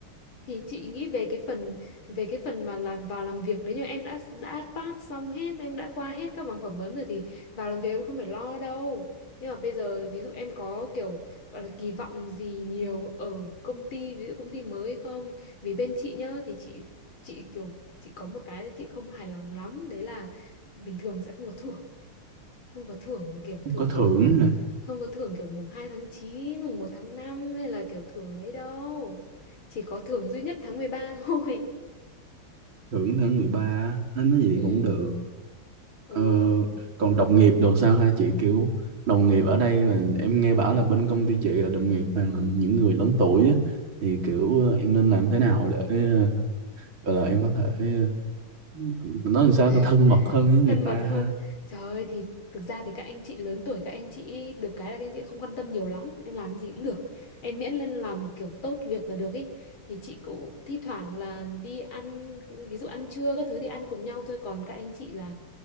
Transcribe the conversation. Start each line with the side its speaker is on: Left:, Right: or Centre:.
Left: Thì chị nghĩ về cái phần về cái phần mà làm vào làm việc nếu như em đã đã pass xong hết em đã qua hết các vòng phỏng vấn rồi thì vào làm việc em không phải lo đâu nhưng mà bây giờ ví dụ em có kiểu gọi là kỳ vọng gì nhiều ở công ty ví dụ công ty mới không vì bên chị nhá thì chị chị kiểu chị có một cái chị không hài lòng lắm đấy là bình thường sẽ không có thưởng không có thưởng kiểu
Right: không
Left: thưởng
Right: có thưởng
Left: ờ,
Right: nè
Left: không có thưởng kiểu mùng hai tháng chín mùng một tháng 5 hay là kiểu thưởng ấy đâu. Chỉ có thưởng duy nhất tháng 13 <laughs> thôi.
Right: thưởng tháng 13 nói nói gì thì
Left: Ừ.
Right: cũng được
Left: Ừ.
Right: ờ, còn đồng nghiệp đồ sao hả chị kiểu đồng nghiệp ở đây là em nghe bảo là bên công ty chị là đồng nghiệp toàn là những người lớn tuổi á thì kiểu ờ, em nên làm thế nào để ờ, gọi là em có thể ờ,
Left: ừ,
Right: nói làm sao
Left: ừ.
Right: ta thân mật hơn với người
Left: thân mật
Right: ta
Left: hơn
Right: ha
Left: á. trời ơi thì thực ra thì các anh chị lớn tuổi các anh chị được cái là các anh chị không quan tâm nhiều lắm em làm gì cũng được em miễn lên làm kiểu tốt việc là được ý thì chị cũng thi thoảng là đi ăn ví dụ ăn trưa các thứ thì ăn cùng nhau thôi còn các anh chị là